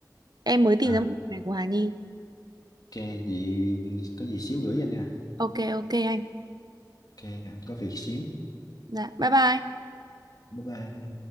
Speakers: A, on the right; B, on the left.
A: Em mới tìm
B: à
A: ra một bài này của Hà Nhi.
B: ok gì có gì xíu gửi cho anh nha
A: Ok, ok anh.
B: ok anh có việc xíu
A: Dạ, bye bye.
B: bye bye